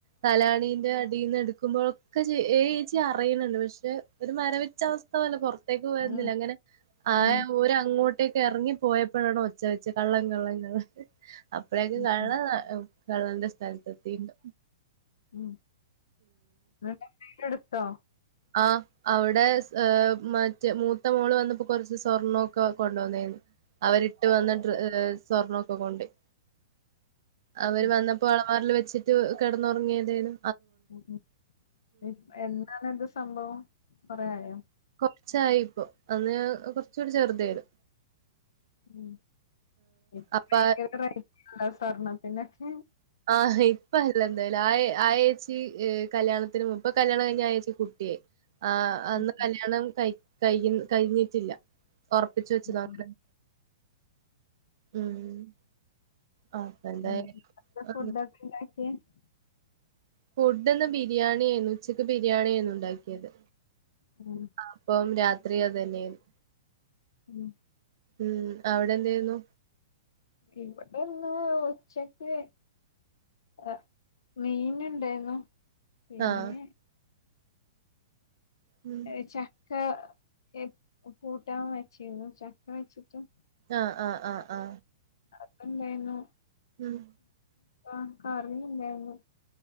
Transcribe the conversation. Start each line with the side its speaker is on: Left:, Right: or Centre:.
Right: തലാണീന്റെ അടിന്ന് എടുക്കുമ്പോഴൊക്കെ ഏച്ചി അറിയണണ്ട് പക്ഷെ ഒരു മരവിച്ച അവസ്ഥ പോലെ പൊറ ത്തേക്ക് വരുന്നില്ല
Left: ആഹ്
Right: അങ്ങനെ ആയ
Left: ആഹ്
Right: ഓര് അങ്ങോട്ടേക്ക് ഇറങ്ങി പോയപ്പോഴാണോ ഒ ച്ചവെച്ച് കള്ളൻ കള്ളൻ കള്ളൻ അപ്പഴേക്കും
Left: ഉം
Right: കള്ളൻ
Left: ഉം
Right: ഈഹ് കള്ളന്റെ സ്ഥലത്തെത്തീണ്ട്
Left: ഉം നിങ്ങളെ എന്തേലും എട്ത്തോ?
Right: ആ അവിടെ സ് ഈഹ് മറ്റേ മൂത്ത മോള് വന്നപ്പോ കൊറച്ച് സ്വർണ്ണോക്കെ കൊണ്ടോന്നായിരുന്നു. അവരിട്ട് ട്ട് വന്ന ഡ്ര ഈഹ് സ്വർണൊക്കെ കൊണ്ടോയി അവര്
Left: ഉം
Right: വന്നപ്പോ അലമാരില് വെച്ച് ച്ചിട്ട് കെടന്നൊറങ്ങിയതേനു
Left: ഉം ഉം എന്താണിത് സ് സംഭവം കൊറെയായോ?
Right: കൊറച്ചായീപ്പൊ. അന്ന് കൊറച്ചൂടി ചെറ്തേനു.
Left: മ്മ് ഇപ്പൊ
Right: അപ്പ
Left: ഭയങ്കര <inaudible> തർണം പിന്നെ <unintelligible>
Right: ആഹ് ഇപ്പല്ല എന്തായാലും. ആ ആയേച്ചി കല്യാണത്തിന് മുമ്പ്. ഇപ്പൊ കല്യാണം കഴിഞ്ഞ് ആ ഏച്ചിക്ക് കുട്ടിയായി. ആ അന്ന്
Left: ഉം
Right: കല്യാണം കഴി കഴിക്ക്ന്ന് കഴിഞ്ഞിട്ടില്ല ഒറപ്പിച്ചുവെച്ചതാ
Left: ഉം
Right: <inaudible> ഉം ആ അപ്പൊ എന്തായാ
Left: ഉം എന്താ
Right: <unintelligible>
Left: ഫുഡൊക്കെ <inaudible> <unintelligible>
Right: ഫുഡ്ഢിന്ന് ബിരിയാണിയേനു. ഉച്ചക്ക് ബിരിയാണിയേര്ന്നു ഇണ്ടാക്കിയത്.
Left: ഉം
Right: അപ്പം രാത് ത്രിയും അത് തന്നേന്ന്.
Left: ഉം
Right: ഉം അവിടെ എന്തേര്ന്നു?
Left: ഇവിടെ ഇന്ന് ഉച്ചക്ക് അ മീൻ ഇണ്ടേര്ന്നു. പിന്നെ
Right: ആഹ് ഉം
Left: കഴിച്ചാ? ച്ച ഏ കൂട്ടാൻ വച്ചിരുന്നു ചക്ക വെച്ചിട്ട്.
Right: ആഹ് ആഹ് ആഹ് ആ
Left: അത്ണ്ടേനു.
Right: ഉം
Left: ആ കറി ഇല്ലായ്ര്ന്നു